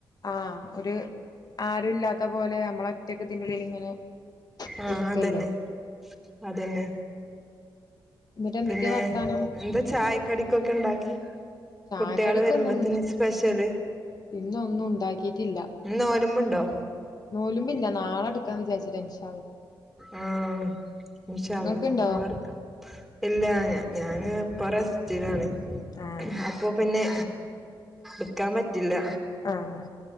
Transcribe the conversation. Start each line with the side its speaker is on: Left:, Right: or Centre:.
Left: ആഹ് ഒര് ആരുല്ലാത്ത പോലെ നമ്മളെ ഒറ്റക്ക് ഇതിൻ്റെ ഉള്ള്ല് ഇങ്ങനെ
Centre: ആഹ്
Left: ഇരിക്കല്ലേ
Centre: അതന്നെ അതന്നെ
Left: എന്നിട്ട് എന്തൊക്കെയാ
Centre: പിന്നെ
Left: വർത്താനം
Centre: ന്താ ചായ കടിക്കൊക്കെ ഇണ്ടാക്കി
Left: ചായക്കടിക്കൊന്നും
Centre: കുട്ട്യാള് വരുമ്പോത്തിന് സ്പെഷ്യല്
Left: ഇന്ന് ഒന്നും ഉണ്ടാക്കിയിട്ടില്ല
Centre: ഇന്ന് നോൽബ്ണ്ടോ
Left: നോല്മമ്പ്ല്ല നാളെടുക്കാന്ന് വിചാരിച്ചട്ട്
Centre: ആ ഹ് ഇൻഷാല്ലഹ്
Left: ഇങ്ങക്ക്ണ്ടോ?
Centre: നാളെ ഇട്ക്ക ഇല്ലഞ ഞാന് ഇപ്പ റസ്റ്റിലാണ്
Left: ആഹ്
Centre: അപ്പൊ അപ്പ പിന്നെ ഇട്ക്കാൻ പറ്റില്ല
Left: ആഹ്